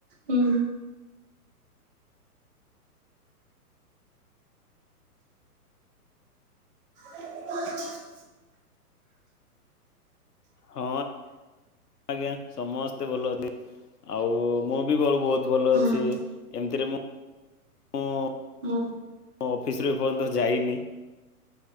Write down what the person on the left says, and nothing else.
ହଁ ଆଜ୍ଞା ସମସ୍ତେ ଭଲ ଅଛି ଆଉ ମୁଁ ବି ଭଲ ବହୁତ ବହୁତ ଭଲ
ଅଛି ଏମିତିରେ ମୁଁ ମୁ
ମୁଁ ଅଫିସରୁୁ ଏପର୍ଯ୍ୟନ୍ତ ଯାଇନି।